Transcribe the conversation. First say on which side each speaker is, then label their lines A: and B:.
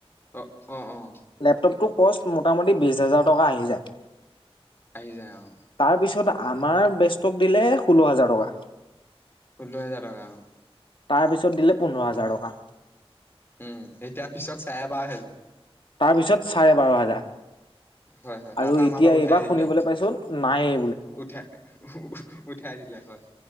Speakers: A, on the left; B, on the left.
A: অ অ' অ'
B: লেপটপটোৰ কষ্ট মোটামুটি বিশ হাজাৰ টকা আহি যায়
A: আহি যায় অ'
B: তাৰপিছত আমাৰ বেচটোক দিলে ষোল্ল হাজাৰ টকা
A: ষোল হাজাৰ টকা অ'
B: তাৰ পিছত দিলে পোন্ধৰ হাজাৰ টকা
A: উম এতিয়া পিছত চাৰে বাৰ হাজাৰ
B: তাৰ পিছত চাৰে বাৰ হাজাৰ
A: হয় হয় তাৰ
B: আৰু
A: পৰা আমাৰ
B: এতিয়া
A: বাৰু উঠাই
B: এইবাৰ
A: দিলে
B: শুনিবলৈ পাইছো নাইয়ে
A: উঠাই উঠাই দিলে হয়